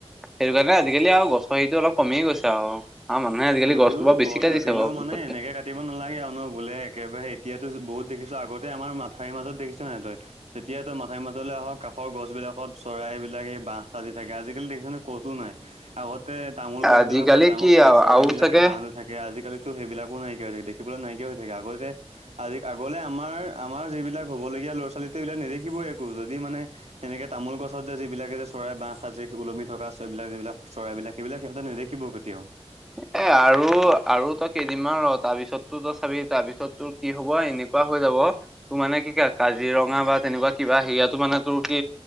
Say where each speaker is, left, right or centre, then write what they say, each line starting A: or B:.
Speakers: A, in the centre; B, on the right.
A: । সেইটো কাৰণে আজিকালি আৰু গছৰ হেৰিটো অলপ কমিয়ে গৈছে আৰু আৰু মানুহে আজিকালি
B: যদিও
A: গছটো বাৰু বেছি
B: গছ
A: কাটিছে
B: কাটিলেও
A: বাৰু জোখতকে
B: মানে এনেকে কাটিব নালাগে আৰুনো বোলে একেবাৰে এতিয়াতো বহুত দেখিছো আগতে আাৰ মাথাৰিৰ মাজত দেখিছ নহয় তই যেতিয়া তই মাঠাৰি মাজলৈ আহ কাষৰ গছ বি বিলাকত চৰাইবিলাকে এই বাহ সাজি থাকে আজিকালি দেখিছনে ক'তো নাই । আগতে তামোল গছবিলাকত
A: আজিকালি
B: ডাঙৰ
A: কি
B: এই
A: আৰু
B: চৰাইবিলাকে
A: আৰু চাগে
B: বাহ লৈ থাকে আজিকালি সেইবিলাকো নাইকিয়া হৈ থাকে দেখিবলৈ নাইকিয়া হৈ থাকে আগতে আজি আগলে আমাৰ আমাৰ যিবিলাক হ'বলগীয়া এয়া লৰা ছোৱালীতো এইবিলাকটোক নেদেখিবই একো যদি মানে সেনেকে তামোল গছত যে যিবিলাকে যে চৰাই বাঁহ আজি ওলমি টুকুৰা চৰাইবিলাক যিবিলাক চৰাইবাক সেইবিলাক সিহঁতে নেদেখিব‌ই কেতিয়াও <unintelligible> <inaudible>
A: এ আৰু আৰু তই কেইদিনমান আৰু ৰ তাৰপিছততো তই চাবি তাৰপিছত তোৰ কি হ'ব এনেকুৱা হৈ <inaudible> তোৰ মানে কি ক কাজিৰঙা বা তেনেকুৱা কিবা সেয়াটো মানে তোৰ কি